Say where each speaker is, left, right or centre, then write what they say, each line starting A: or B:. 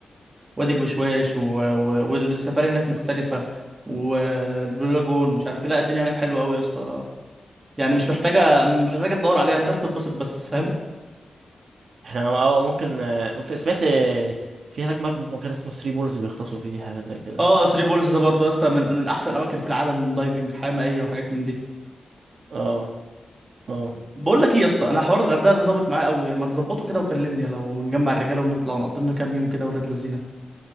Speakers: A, on the right (about 25°); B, on the right (about 75°).
A: وادي الوشواش و... و... والسفاري هناك مختلفه والبلو لاجون ومش عارف ايه لا الدنيا هناك حلوه قوي يا اسطى يعني مش محتاجه مش محتاجه تدور عليها انت راح تتبسط بس فاهم
B: احنا اه ممكن آه، في- سمعت آه، في هناك برضه كان اسمه ثري بولز بيغطسوا فيه حاجة زي كده
A: اه 3 بولز ده برضو يا اسطى من من احسن الاماكن في العالم دايفنج حياه مائيه وحاجات من دي
B: اه اه
A: بقول لك ايه يا اسطى انا حوار الغردقه ده ظابط معايا قوي ما تظبطه كده وكلمني لو نجمع الرجاله ونطلع ونقضي لنا كام يوم كده ولاد لذينه